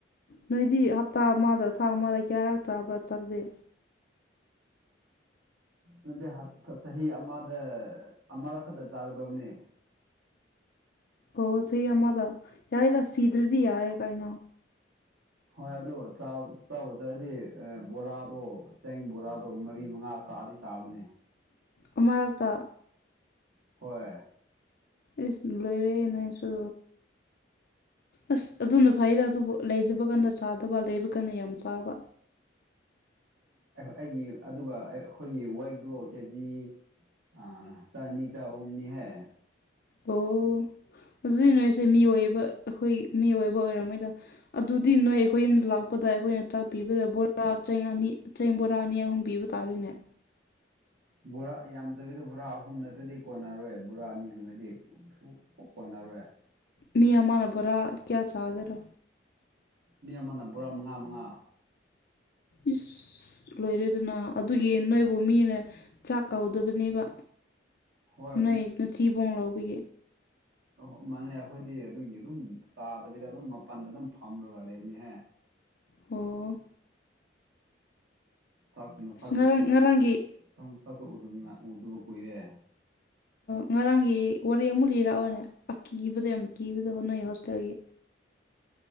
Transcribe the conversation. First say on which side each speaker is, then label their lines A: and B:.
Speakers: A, on the left (about 55°); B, on the right (about 85°).
A: ꯅꯣꯏꯗꯤ ꯍꯞꯇꯥ ꯑꯃꯗ ꯊꯥ ꯑꯃꯗ ꯀꯌꯥꯔꯛ ꯆꯥꯕ꯭ꯔꯥ ꯆꯪꯗꯦ
B: ꯅꯗꯤ ꯆꯍꯤ ꯑꯃꯗ ꯑꯃ ꯈꯛꯇ ꯆꯥꯒꯗꯕꯅꯦ
A: ꯑꯣ ꯁꯤ ꯑꯃꯗ ꯌꯥꯏꯗ ꯁꯤꯗ꯭ꯔꯗꯤ ꯌꯥꯔꯦ ꯀꯥꯏꯅꯣ
B: ꯍꯣꯏ ꯑꯗꯣ ꯆꯥꯕ ꯆꯥꯔꯗꯤ ꯕꯣꯔꯥꯗꯣ ꯆꯦꯡ ꯕꯣꯔꯥꯗꯣ ꯃꯔꯤ ꯃꯉꯥ ꯁꯥꯗꯤ ꯁꯥꯕꯅꯦ
A: ꯑꯃꯛꯇ
B: ꯍꯣꯏ
A: ꯏꯁ ꯂꯣꯏꯔꯦ ꯅꯥꯏꯁꯨ ꯑꯁ ꯑꯗꯨꯅ ꯐꯩꯔꯦ ꯑꯗꯨꯕꯨ ꯂꯩꯗꯕ ꯀꯟꯅ ꯆꯥꯗꯕ ꯂꯩꯕ ꯀꯟꯅ ꯌꯥꯝ ꯆꯥꯕ
B: ꯑꯩꯒꯤ ꯑꯗꯨꯒ ꯑꯩꯈꯣꯏꯒꯤ ꯋꯦꯛꯇꯣ ꯀꯦꯖꯤ ꯑ ꯆꯅꯤ ꯆꯆꯥ ꯎꯅꯤ ꯍ
A: ꯑꯣ ꯍꯧꯖꯤꯛ ꯅꯣꯏꯁꯦ ꯃꯤꯑꯣꯏꯕ ꯑꯩꯈꯣꯏ ꯃꯤꯑꯣꯏꯕ ꯑꯣꯏꯔꯝꯃꯣꯏꯗ ꯑꯗꯨꯗꯤ ꯅꯣꯏ ꯑꯩꯈꯣꯏ ꯌꯨꯝꯗ ꯂꯥꯛꯄꯗ ꯑꯩꯈꯣꯏꯅ ꯆꯥꯛ ꯄꯤꯕꯗ ꯕꯣꯔꯥ ꯆꯦꯡ ꯑꯅꯤ ꯆꯦꯡ ꯕꯣꯔꯥ ꯑꯅꯤ ꯑꯍꯨꯝ ꯄꯤꯕ ꯇꯥꯔꯣꯏꯅꯦ
B: ꯕꯣꯔꯥ ꯌꯥꯝꯗꯕꯤꯗ ꯕꯣꯔꯥ ꯑꯍꯨꯝ ꯅꯠꯇ꯭ꯔꯗꯤ ꯀꯣꯟꯅꯔꯣꯏ ꯕꯣꯔꯥ ꯑꯅꯤꯒꯨꯝꯕꯗꯤ ꯁ ꯀꯣꯛ ꯀꯣꯟꯅꯔꯣꯏꯦ
A: ꯃꯤ ꯑꯃꯅ ꯄꯨꯔꯥ ꯀꯌꯥ ꯆꯥꯒ꯭ꯔꯣ
B: ꯃꯤ ꯑꯃꯅ ꯕꯣꯔꯥ ꯃꯉꯥ ꯃꯉꯥ
A: ꯏꯁ ꯂꯣꯏꯔꯦꯗꯅ ꯑꯗꯨꯒꯤ ꯅꯣꯏꯕꯨ ꯃꯤꯅ ꯆꯥꯛ ꯀꯧꯍꯧꯗꯕꯅꯦꯕ
B: ꯍꯣꯏ
A: ꯅꯣꯏ ꯅꯊꯤꯕꯣꯡ ꯂꯥꯎꯧꯕꯦ
B: ꯑ ꯃꯥꯅꯦ ꯑꯩꯈꯣꯏꯗꯤ ꯑꯗꯨꯒꯤ ꯑꯗꯨꯝ ꯆꯥꯗꯕꯤꯗ ꯑꯗꯨꯝ ꯃꯄꯜꯗ ꯑꯗꯨꯝ ꯐꯝꯔꯒ ꯂꯩꯕꯅꯤꯍꯦ
A: ꯍꯥꯥ
B: ꯆꯥꯛꯃꯁꯥ
A: ꯑꯁ ꯉꯔꯥꯡ ꯉꯔꯥꯡꯒꯤ
B: ꯆꯥꯛꯃꯁꯥ ꯁ ꯎ ꯎꯗꯕ ꯀꯣꯏꯔꯦ
A: ꯉꯔꯥꯡꯒꯤ ꯋꯥꯔꯤ ꯑꯃꯨꯛ ꯂꯤꯔꯛꯑꯣꯅꯦ ꯑꯀꯤꯕꯗ ꯌꯥꯝ ꯀꯤꯕꯗ ꯍꯣꯠꯅꯩ ꯍꯣꯁꯇꯦꯜꯒꯤ